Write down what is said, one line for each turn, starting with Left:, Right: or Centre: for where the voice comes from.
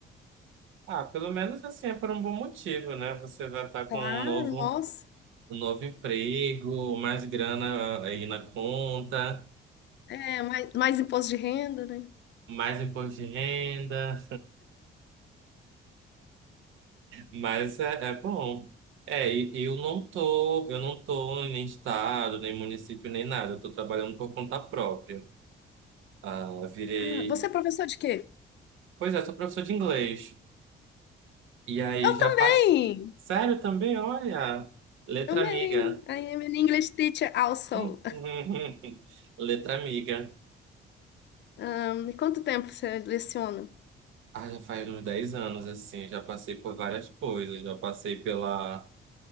Right: Ah, pelo menos assim é por um bom motivo, né? Você vai estar com
Left: Claro,
Right: um novo,
Left: nossa.
Right: um novo emprego, mais grana eh, aí na conta,
Left: É, mais, mais imposto de renda, né?
Right: mais imposto de renda. Mas é, é bom. É, e e eu não tô, eu não tô em nem estado, nem município, nem nada. Eu tô trabalhando por conta própria. Ah, virei.
Left: Ah, você é professor de quê?
Right: Pois é, sou professor de inglês. E aí
Left: Eu
Right: já
Left: também!
Right: passo. Sério também, olha. Letra
Left: Também.
Right: amiga.
Left: I
Right: <laughs>
Left: am an English teacher also.
Right: Hum, hum, hum, hum. Letra amiga.
Left: Um, e quanto tempo você leciona?
Right: Ah, já faz uns 10 anos, assim. Já passei por várias coisas. Já passei pela